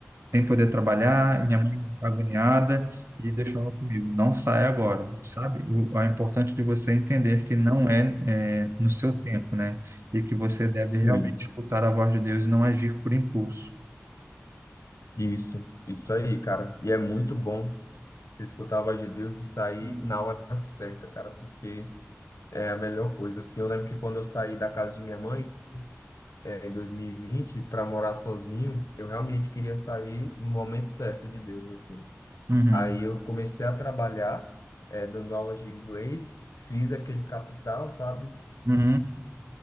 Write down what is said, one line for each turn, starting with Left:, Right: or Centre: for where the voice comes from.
Right: sem poder trabalhar, minha mãe agoniada, e Deus falou comigo, não sai agora, sabe? O, é importante de você entender que não é, é no seu tempo, né? E que você deve
Left: sim,
Right: realmente escutar a voz de Deus e não agir por impulso.
Left: isso, isso aí, cara. E é muito bom você escutar a voz de Deus e sair
Right: Hum.
Left: na hora certa, cara, porque é a melhor coisa. Assim, eu lembro que quando eu saí da casa de minha mãe, é, em 2020 para morar sozinho, eu realmente queria sair no momento certo de Deus, assim.
Right: Uhum,
Left: Aí eu comecei a trabalhar, é, dando aulas de inglês, fiz aquele capital, sabe?
Right: uhum,